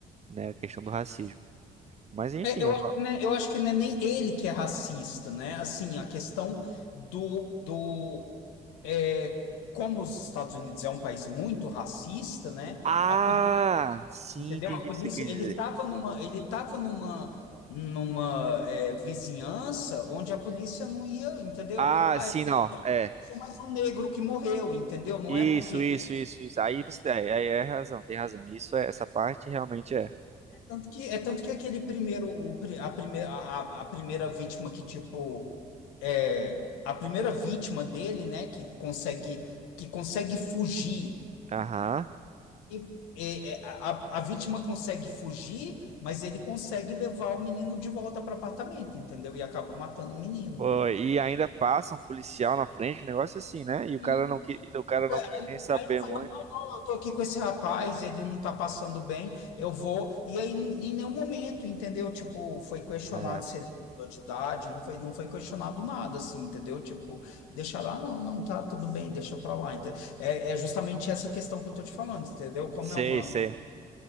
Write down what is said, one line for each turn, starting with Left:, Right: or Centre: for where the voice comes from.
Right: né? A questão do racismo. Mas enfim,
Left: É, eu,
Right: é uma.
Left: acho que não é- eu acho que não é nem ele que é racista, né? Assim, a questão do, do é, como os Estados Unidos é um país muito racista, né?
Right: Ah,
Left: A
Right: sim,
Left: Entendeu?
Right: entendi
Left: A polícia,
Right: o que você quer dizer.
Left: ele estava numa, ele tava numa, numa é, vizinhança onde a polícia não ia, entendeu?
Right: Ah,
Left: Ah,
Right: sim,
Left: é,
Right: não.
Left: é
Right: É.
Left: só mais um negro que morreu, entendeu? Não
Right: Isso,
Left: é porque
Right: isso, isso, isso. Aí você aí, aí é razão, tem razão. Isso é, essa parte realmente é.
Left: é tanto que é tanto que aquele primeiro, o, pri- a primeira, a, a a primeira vítima que tipo é a primeira vítima dele, né, que consegue que consegue fugir
Right: Aham.
Left: E, é, é, a, a vítima consegue fugir, mas ele consegue levar o menino de volta para o apartamento, entendeu? E acaba matando o menino.
Right: Pô, e ainda passa um policial na frente, um negócio assim, né? E
Left: Sim.
Right: o cara não quis, o cara
Left: Tipo,
Right: não
Left: é,
Right: quis
Left: Aí,
Right: nem saber
Left: aí ele fala,
Right: muito.
Left: não, eu tô aqui com esse rapaz, ele não tá passando bem, eu vou. E aí, em nenhum momento, entendeu? Tipo, foi questionado
Right: É.
Left: se ele mudou de idade, não foi, não foi questionado nada, assim, entendeu? Tipo, deixa lá, não, não, tá tudo bem, deixa pra lá. ente- É, é justamente essa questão que eu tô te falando, entendeu? Como
Right: Sei,
Left: é uma
Right: sei,
Left: uma